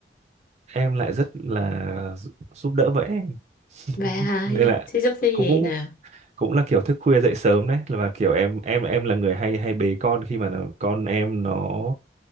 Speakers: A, on the right (about 40°); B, on the left (about 50°).
A: em lại rất là giúp giúp đỡ vợ em
B: vậy hả
A: nên là
B: thế giúp cái gì
A: cũng cũng
B: nè
A: cũng là kiểu thức khuya dậy sớm đấy là và kiểu em em em là người hay hay bế con khi mà nó- con em nó